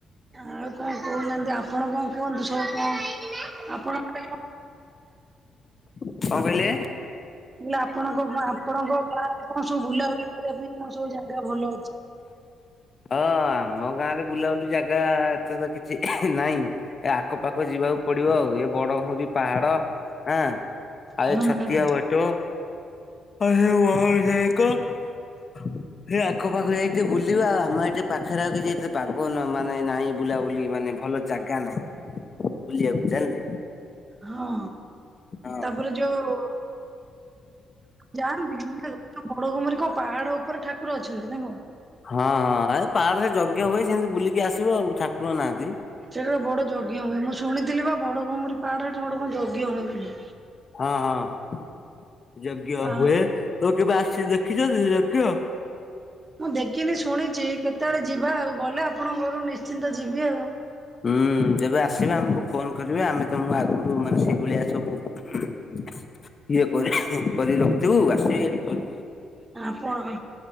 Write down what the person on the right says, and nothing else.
ଆଉ କଣ କହୁନାହାନ୍ତି। ଆପଣ କଣ କୁହନ୍ତୁ ସବୁ କଣ ଆପଣ।
<inaudible> ଆପଣଙ୍କ ଆପଣଙ୍କ ଗାଁ ରେ କଣ ସବୁ ବୁଲାବୁଲି କରିବା ପାଇଁ କଣ ସବୁ ଜାଗା ଭଲ ଅଛି।
ହୁଁ।
ହଁ
ତାପରେ ଯୋଉ ଯା ବଡ଼ଭୁମି <unintelligible> କୋ ପାହାଡ ଉପରେ ଠାକୁର ଅଛନ୍ତି ନା କଣ?
ସେଠାରେ ବଡ ଯଜ୍ଞ ହୁଏ। ମୁଁ ଶୁଣିଥିଲି ବା ବଡଭୁମୁରୀ ପାହାଡରେ ଏଠି କଣ ଗୋଟେ ଯଜ୍ଞ ହୁଏ ବୋଲି।
ହଁ
ମୁଁ ଦେଖିନି ଶୁଣିଛି। କେତେବେଳେ ଯିବା ଆଉ ଗଲେ ଆପଣଙ୍କ ଘରୁ ନିଶ୍ଚିନ୍ତ ଯିବି ଆଉ।
ଆପଣ